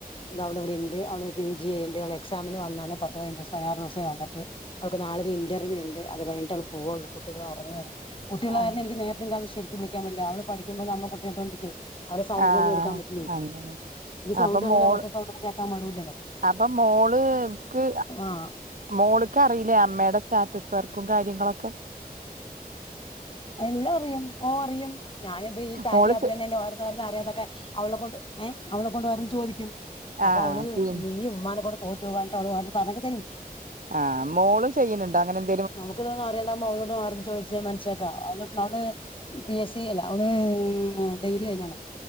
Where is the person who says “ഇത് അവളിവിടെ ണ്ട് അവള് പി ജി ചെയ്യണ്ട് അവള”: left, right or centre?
Left